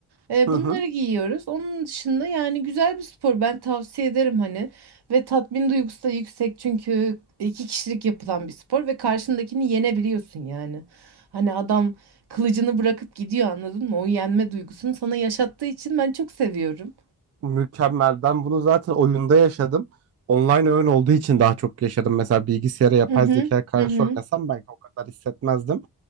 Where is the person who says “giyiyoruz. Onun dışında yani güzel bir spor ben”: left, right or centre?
Right